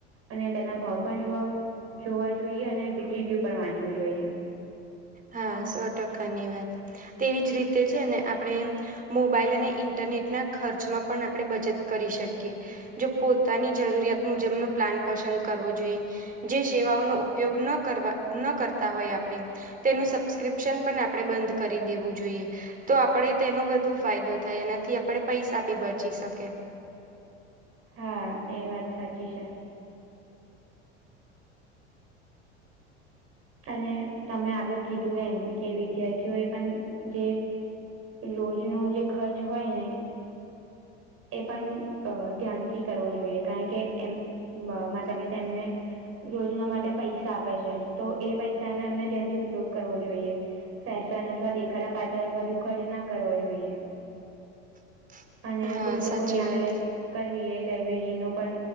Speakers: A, on the right (about 45°); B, on the right (about 25°).
A: અને તેના ભાવ પણ જોવા જોવા જોઈએ, અને રિવ્યુ પણ વાંચવું જોઈએ.
B: હા સો ટકાની વાત. તેવી જ રીતે છે ને આપણે મોબાઈલ અને ઇન્ટરનેટના ખર્ચમાં પણ આપણે બચત કરી શકીએ. જો પોતાની જરૂરિયાત મુજબનો પ્લાન પસંદ કરવો જોઈએ. જે સેવાઓનો ઉપયોગ ન કરવા ન કરતા હોય આપણે તેનું સબસ્ક્રિપ્શન પણ આપણે બંધ કરી દેવું જોઈએ. તો આપણે તેનો વધુ ફાયદો થાય, એનાથી આપણે પૈસા બી બચી શકે.
A: હા! એ વાત સાચી છે. અને તમે આગળ કીધું એમ કે વિદ્યાર્થીઓ એ પણ જે રોજનો જે ખર્ચ હોય ને એ પણ ધ્યાનથી કરવો જોઈએ કારણ કે એમ અ માતા પિતા એમને રોજના માટે પૈસા આપે છે. તો એ પૈસાનો એમને ધ્યાનથી ઉપયોગ કરવો જોઈએ. ફેશન અથવા દેખાડા પાછળ વધુ ખર્ચ ના કરવો જોઈએ.
B: <inaudible>
A: અને
B: હા
A: પુસ્તકોની
B: સાચી
A: આપ
B: વાત
A: લે કરવી એ લાઈબ્રેરીનો પણ